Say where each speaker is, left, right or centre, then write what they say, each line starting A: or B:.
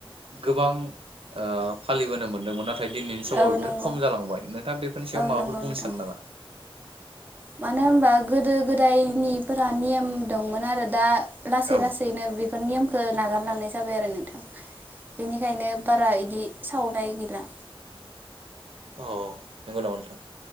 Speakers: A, on the right; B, on the right.
A: गोबां ओ फालिबोनो मोनदोंमोन नाथाय। दिनैनि समाव
B: औ
A: बेफोर
B: नंगौ
A: खम जालांबाय नोंथाङा बेफोरनि सायाव
B: औ
A: माबाफोर
B: नंगौ
A: बुंनो
B: नोंथां
A: सानो नामा?
B: मानो होमबा। गोदो गोदायनिफोरा नेम। दंमोन आरो दा। लासै
A: औ
B: लासैनो बेफोर नेम। खो नागारलांनाय जाबाय आरो नोंथां बेनिखायनो बारा इदि सावनाय गैला।
A: औ नोंगौ नामा नोंथां?